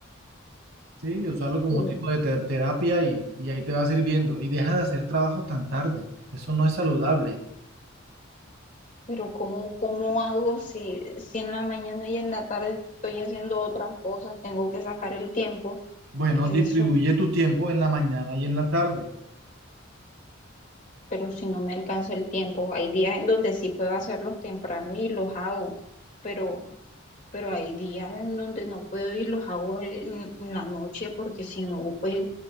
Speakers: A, on the right (about 80°); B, on the left (about 35°).
A: ¿sí? Y Usarlo como
B: Mm,
A: tipo de te- terapia y, y ahí te va sirviendo. Y deja de hacer trabajo tan tarde, eso no es saludable.
B: Pero ¿cómo, cómo hago si, si en la mañana y en la tarde estoy haciendo otras cosas? Tengo que sacar el tiempo,
A: Bueno,
B: porque
A: distribuye
B: eso,
A: tu tiempo en la mañana y en la tarde.
B: pero si no me alcanza el tiempo, hay días en donde sí puedo hacerlos temprano y los hago, pero, pero hay días en donde no puedo y los hago en, en la noche, porque si no, pues